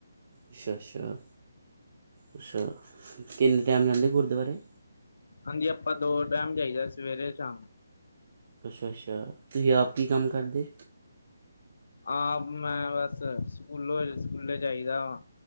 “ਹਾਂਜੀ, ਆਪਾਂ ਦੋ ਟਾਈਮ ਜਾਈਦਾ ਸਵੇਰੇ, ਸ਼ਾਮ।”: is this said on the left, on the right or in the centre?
Left